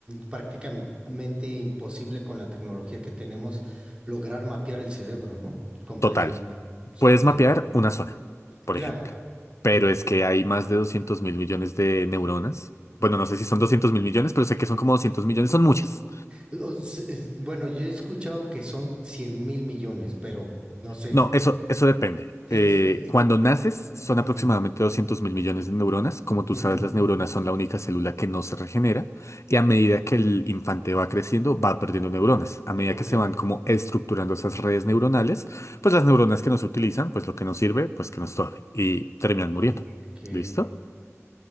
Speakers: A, on the right; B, on the left.
A: prácticamente imposible con la tecnología que tenemos lograr mapear el cerebro, ¿no? Completamente.
B: Total.
A: Sí,
B: Puedes
A: bien.
B: mapear una zona, por
A: claro.
B: ejemplo, pero
A: Ujú.
B: es que hay más de 200 mil millones de neuronas. Bueno, no sé si son 200 mil millones, pero sé que son como 200 millones, son muchas.
A: O se- es- Bueno, yo he escuchado que son cien mil millones, pero no sé.
B: No, eso, eso depende.
A: Eh,
B: Eh,
A: eh, eh,
B: cuando naces son
A: ujú,
B: aproximadamente 200 mil millones de neuronas. Como tú
A: ujú.
B: sabes, las neuronas son la única célula que no se regenera y a medida que el infante va creciendo va perdiendo neuronas. A medida
A: Ok,
B: que se van como estructurando esas redes neuronales, pues las neuronas que no se utilizan, pues lo que nos sirve, pues que nos torbe y terminan
A: ok.
B: muriendo. ¿Listo?